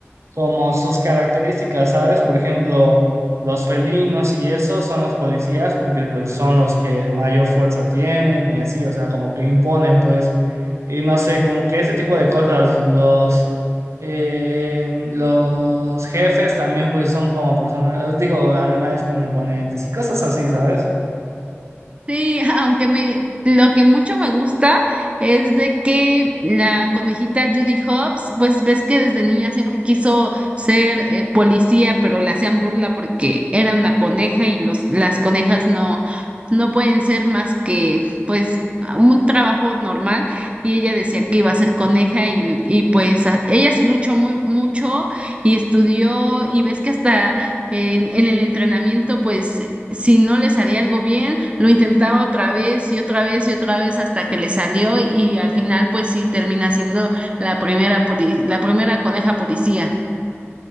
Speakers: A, on the right; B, on the right.
A: como sus características, ¿sabes? Por ejemplo, los felinos y eso son los policías porque pues son los que mayor fuerza tienen y así, o sea, como que imponen pues, y no sé, como que ese tipo de cosas, los... eh, los jefes también pues son como personas, digo, animales como imponentes y cosas así, ¿sabes?
B: Sí, <laughs> aunque me lo que mucho me gusta es de que la conejita Judy Hopps, pues ves que desde niña siempre quiso ser eh, policía, pero le hacían burla porque era una coneja y los las conejas no no pueden ser más que pues un trabajo normal y ella decía que iba a ser coneja y, y pues a- ella sí luchó muy mucho y estudió y ves que hasta en en el entrenamiento pues si no le salía algo bien, lo intentaba otra vez y otra vez y otra vez hasta que le salió y al final pues sí termina siendo la primera poli- la primera coneja policía.